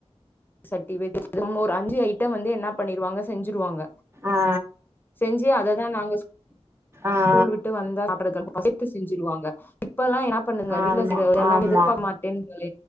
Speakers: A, on the left (about 20°); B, on the right (about 25°).
A: சட்டி வெஜ் ஒரு அஞ்சு ஐடம் வந்து என்ன பண்ணிருவாங்க செஞ்சுருவாங்க
B: ஆ
A: செஞ்சு அததா நாங்க ஸ்
B: ஆ
A: ஸ்கூல் விட் வந்தா சாப்புறகெல்லா பசித்து செஞ்சிருவாங்க இப்ப எல்லாப் பண்ணுங்க
B: ஆமா
A: வீட்ல செய்யறதெல்லா
B: ஆமா
A: எதிர்பாக்க மாட்டேன்துங்க